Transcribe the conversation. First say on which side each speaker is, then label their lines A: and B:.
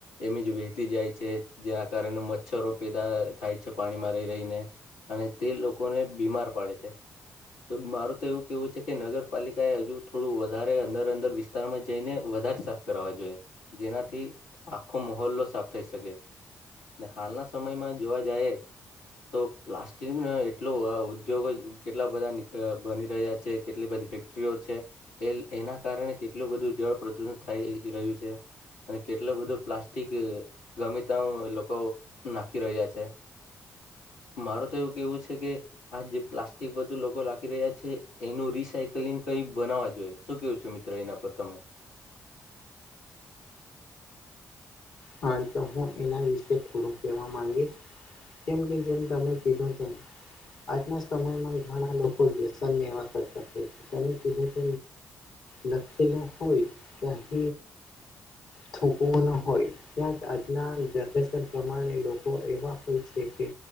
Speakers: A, on the left; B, on the left.
A: એમ જ વહેતી જાય છે જેના કારણે મચ્છરો પેદા થાય છે પાણીમાં રહી રહીને. અને તે લોકોને બીમાર પાડે છે. તો મારું તો એવું કેવું છે કે નગરપાલિકા એ હજુ થોડું વધારે અંદર અંદર વિસ્તારમાં જઈને વધારે સાફ કરવા જોઈએ. જેનાથી આખો માહોલ્લો સાફ થઈ શકે. ને હાલના સમયમાં જોવા જાય તો પ્લાસ્ટિક એટલો આ ઉદ્યોગ જ કેટલા બધા બની રહ્યા છે કેટલી બધી ઇફેક્ટ એના કારણે કેટલું બધું જળ પ્રદૂષણ થાય રહ્યું છે. અને કેટલો બધો પ્લાસ્ટિક ગમે ત લોકો નાખી રહ્યા છે. મારે તો એવું કેવું છે કે આ જે પ્લાસ્ટિક બધું લોકો લખી રહ્યા છે એનું રિસાયકલિંગ કઈ બનાવવા જો. જોઈ શું કેવું છું મિત્રો એના પર તમે?
B: હા તો હું એના વિશે થોડું કેહેવા માંગીશ. કેમ કે જેમ તમે કીધું તેમ આજના સમયમાં ઘણા લોકો વ્યસન એવા કરતા હતા તધ ત લખલા હોય તો હ થોકવાના હોય ત્યાં આજના જનરેશન પ્રમાણે લોકો એવા હોય છે કે